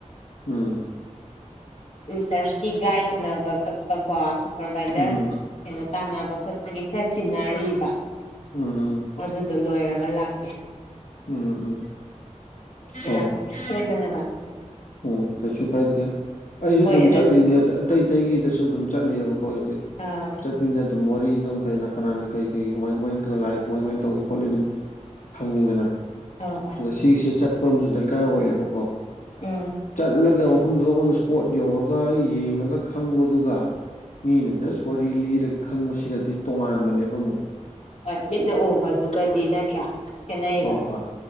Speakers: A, on the left; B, on the left.
A: ꯎꯝ
B: ꯑꯔꯁ ꯥꯏꯠꯅꯕ ꯈꯣꯠꯄ ꯀꯣ ꯁꯨꯄꯔꯚꯏꯖꯔ
A: ꯎꯝ
B: ꯀꯩꯅꯣ ꯇꯥꯟꯅꯕ ꯈꯣꯠꯄꯒꯤ ꯈꯔ ꯆꯤꯟꯅꯔꯤꯕ
A: ꯎꯝ ꯎꯝ
B: ꯑꯗꯨꯗꯣ ꯂꯣꯏꯔꯒ ꯂꯥꯛꯀꯦ
A: ꯎꯝ ꯎꯝ ꯍꯣꯏ ꯍꯣꯏ
B: ꯂꯥꯛꯣꯣꯏꯗꯅ ꯂꯥꯛ
A: ꯎꯝ ꯀꯩꯁꯨ ꯀꯥꯏꯗꯦ ꯑꯩꯁꯨ
B: ꯍꯣꯏ
A: ꯑꯗꯨꯝ
B: ꯑꯗꯨ
A: ꯆꯠꯂꯤꯅꯦ ꯑꯇꯩ ꯑꯇꯩꯒꯤꯗꯁꯨ ꯑꯗꯨꯝ ꯆꯠꯂꯤꯦꯕꯀꯣ ꯑꯩꯁꯦ
B: ꯑ
A: ꯆꯠꯄꯅꯤꯅ ꯑꯗꯨꯝ ꯋꯥꯔꯤ ꯑꯗꯨꯝ ꯀ ꯀꯅꯥꯅ ꯀꯩ ꯀꯩ ꯀꯃꯥꯏ ꯀꯃꯥꯏ ꯇꯧ ꯂꯥꯛꯏ ꯀꯃꯥꯏ ꯀꯃꯥꯏꯅ ꯇꯧꯒ ꯈꯣꯠꯂꯤ ꯑꯗꯨꯝ ꯈꯪꯉꯤꯗꯅ
B: ꯑꯣ ꯑꯣ
A: ꯑꯗ ꯁꯤꯒꯤꯁꯤꯦ ꯆꯠꯄ ꯑꯃꯁꯨ ꯗꯔꯀꯥꯔ ꯑꯣꯏꯌꯦꯕꯀꯣ
B: ꯎꯝ
A: ꯆꯠꯂꯒ ꯃꯐꯝꯗꯨꯗ ꯑꯣ ꯏꯁꯄꯣꯠ ꯌꯧꯔꯒ ꯌꯦꯡꯉꯒ ꯈꯪꯕꯗꯨꯒ ꯃꯤꯅ ꯖꯁ ꯋꯥꯔꯤ ꯂꯤꯔ ꯈꯪꯕꯁꯤꯒꯗꯤ ꯇꯣꯉꯥꯟꯕꯅꯦꯕ ꯑꯃꯨꯛ
B: ꯍꯣꯏ ꯃꯤꯠꯅ ꯎꯕꯗꯨꯒꯗꯤ ꯅꯠꯇ꯭ꯔꯥ ꯈꯦꯠꯅꯩꯌꯦꯕ
A: ꯍ ꯍꯣꯏ